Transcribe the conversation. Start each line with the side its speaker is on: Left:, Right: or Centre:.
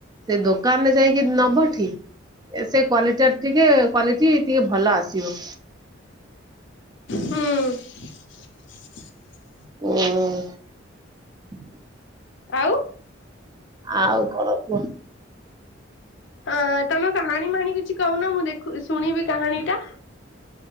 Right: ସେ ଦୋକାନରେ ଯାଇକି ନବ ଠିକି ସେ କ୍ଵାଲିଟା ଟିକେ କ୍ଵାଟି ଟିକେ ଭଲ ଆସିବ।
Left: ହୁଁ। <inaudible>
Right: ହୁଁ।
Left: ଆଉ।
Right: ଆଉ କଣ କୁହ?
Left: ହଁ ତମେ କାହାଣୀ ମାହାଣୀ କିଛି କହୁନ ମୁଁ ଦେଖ ଶୁଣିବି କାହାଣୀ ଟା